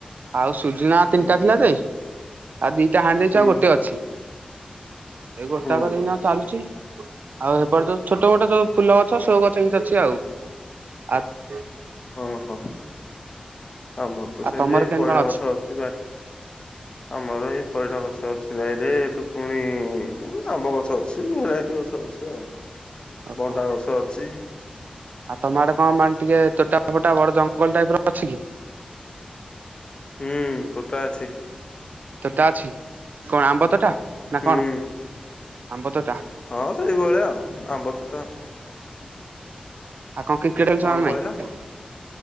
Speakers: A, on the right (about 80°); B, on the left (about 35°).
A: ଆଉ ସୁଜୁନା, ତିନିଟା
B: ହୁଁ।
A: ଥିଲା ଯେ। ଆଉ ଦିଇଟା ହାଣି ଦେଇଚ
B: ହୁଁ
A: ଆଉ ଗୋଟେ ଅଛି। ଏଇ ଗୋଟାକ
B: ହୁଁ
A: ଦିନ ଚାଲୁଛି ଆଉ ସେପଟ ଛୋଟ ମୋଟ ଯୋଉ ଫୁଲ ଗଛ ସବୁ ଗଛ୍। ‌ ସେମତି ଅଛି ଆଉ ଆତ୍
B: ଓହୋ ଆମର ତ
A: ଆଉ
B: ସେମିତି
A: ତମର କେମିତି
B: ପଇଡ଼ଗଛ
A: କଣ
B: ଅଛି ବାସ୍। ଆମର ଏଇ ପଇଡ଼ଗଛ ଅଛି ବାଇରେ ଏଇଠୁ ପୁଣି ଆମ୍ବଗଛ ଅଛ୍। ସୋମ୍ତି ଭେରାଇଟି ଅଛି ଆଉ
A: <inaudible> ଓହୋ
B: ଭଣ୍ଡା ଗଛ ଅଛି।
A: ଆଉ ତମ ଆଡେ଼ କଣ ମାନେ ଟିକେ ତୋଟାଫୋଟା ବଡ଼ ଜଙ୍ଗଲ ଟାଇପର ଅଛି କି?
B: ହୁଁ ପୋଟା ଅଛି।
A: ତୋଟା ଅଛି କଣ ଆମ୍ବତୋଟା ନା
B: ହୁଁ
A: କଣ ଆମ୍ବତୋଟା?
B: ହଁ ସେଇଭଳିଆ ଆଉ ଆମ୍ବତୋଟା।
A: ଆଉ କଣ କ୍ରିକେଟ ଦେଖୁଚନା
B: କଣ କହିଲ?
A: ନାହିଁ?